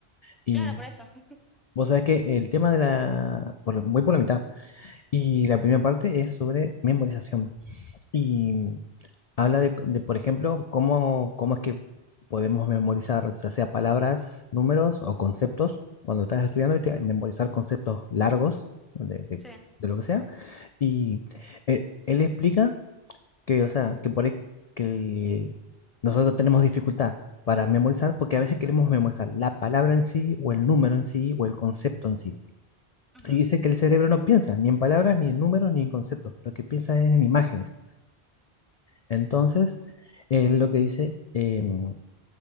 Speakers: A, on the left (about 55°); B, in the centre.
A: Y
B: Claro, por eso. <laughs>
A: vos sabés que el tema de la, por- voy por la mitad, Y la primera parte es sobre memorización. Y habla de, de, por ejemplo, cómo, cómo es que podemos memorizar, ya sea palabras, números o conceptos, cuando estás estudiando y te- memorizar conceptos largos de, de-
B: Sí,
A: de lo que sea. Y eh, él explica que, o sea, que por ahí que el- nosotros tenemos dificultad para memorizar porque a veces queremos memorizar la palabra en sí o el número en sí o el concepto en sí.
B: Ujú.
A: Y dice que el cerebro no piensa ni en palabras, ni en números, ni en conceptos. Lo que piensa es en imágenes. Entonces, él lo que dice em,